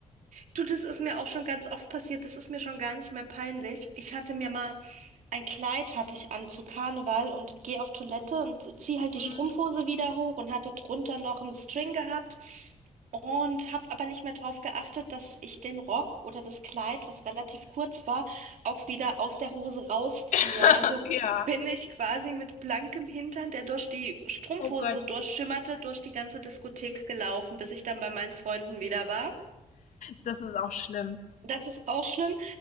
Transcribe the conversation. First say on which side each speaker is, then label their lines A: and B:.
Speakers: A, on the right; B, on the left.
A: Du, das ist mir auch schon ganz oft passiert. Das ist mir schon gar nicht mehr peinlich. Ich hatte mir mal ein Kleid hatte ich an zu Karneval und gehe auf Toilette und ziehe halt die
B: Mhm.
A: Strumpfhose wieder hoch und hatte drunter noch einen String gehabt und habe aber nicht mehr drauf geachtet, dass ich den Rock oder das Kleid, was relativ kurz war, auch wieder aus der Hose rausziehe.
B: <laughs>
A: Also
B: ja.
A: bin ich quasi mit blankem Hintern, der durch die Strumpfhose
B: Oh Gott,
A: durchschimmerte, durch die ganze Diskothek gelaufen, bis ich dann bei meinen Freunden wieder war.
B: das ist auch schlimm.
A: Das ist auch schlimm.